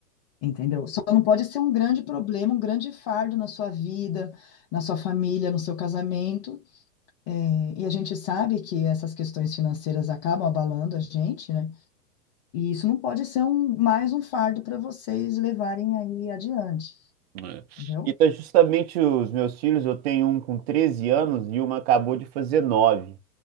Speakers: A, on the left; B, on the right.
A: entendeu? Só não pode ser um grande problema, um grande fardo na sua vida, na sua família, no seu casamento. É, E a gente sabe que essas questões financeiras acabam abalando a gente, né? E isso não pode ser um, mais um fardo para vocês levarem aí adiante,
B: É.
A: entendeu?
B: E tá justamente os meus filhos, eu tenho um com 13 anos e uma acabou de fazer nove